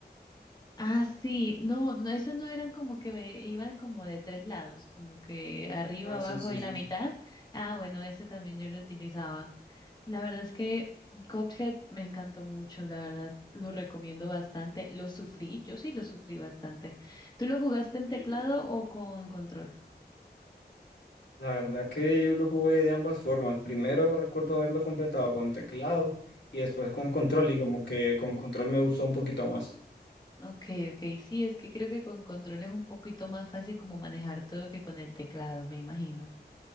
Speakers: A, on the left; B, on the left.
A: Ah, sí, no, no, esas no eran como que ve- iban como de tres lados, como que arriba,
B: Ah,
A: abajo
B: sí, sí,
A: y
B: sí,
A: la mitad.
B: sí.
A: Ah, bueno, ese también yo lo utilizaba. La verdad es que Cuphead me encantó mucho, la verdad, lo recomiendo bastante. Lo sufrí, yo sí lo sufrí bastante. ¿Tú lo jugaste en
B: sí.
A: teclado o con control?
B: La verdad que yo lo jugué de ambas formas. Primero recuerdo haberlo completado con teclado y después con control y como que con control me gustó un poquito más.
A: Ok, ok, sí, es que creo que con control es un poquito más fácil como manejar todo que con el teclado, me imagino.